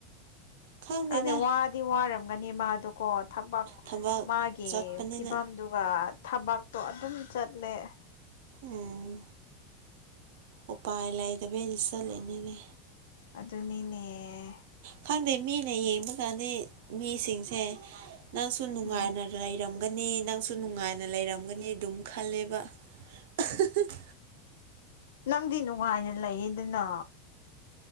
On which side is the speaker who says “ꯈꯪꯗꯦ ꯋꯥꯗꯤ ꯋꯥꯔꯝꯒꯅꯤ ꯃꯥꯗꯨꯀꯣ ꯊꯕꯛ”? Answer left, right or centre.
Left